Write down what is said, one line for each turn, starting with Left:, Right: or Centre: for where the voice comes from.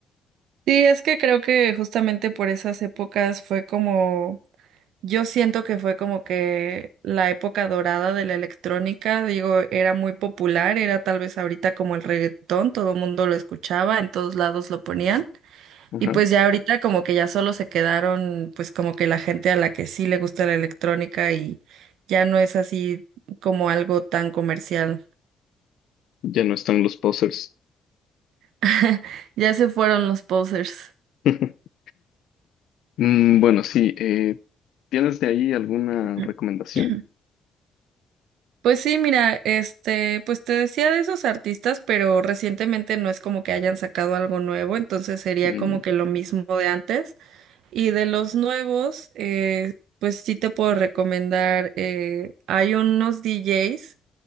Right: Sí, es que creo que justamente por esas épocas fue como, yo siento que fue como que la época dorada de la electrónica, digo, era muy popular, era tal vez ahorita como el reggaetón, todo el mundo lo escuchaba, en todos lados lo ponían.
Left: Ajá.
Right: Y pues ya ahorita como que ya solo se quedaron pues como que la gente a la que sí le gusta la electrónica y ya no es así como algo tan comercial.
Left: Ya no están los posers.
Right: <laughs> Ya se fueron los posers.
Left: <laughs> Mm, Bueno, sí, eh, ¿Tienes de ahí alguna
Right: <clears throat>
Left: recomendación?
Right: Pues sí, mira, este, pues te decía de esos artistas, pero recientemente no es como que hayan sacado algo nuevo, entonces sería
Left: Mm,
Right: como que lo mismo de antes. Y de los nuevos, eh, pues sí te puedo recomendar, eh, hay unos DJs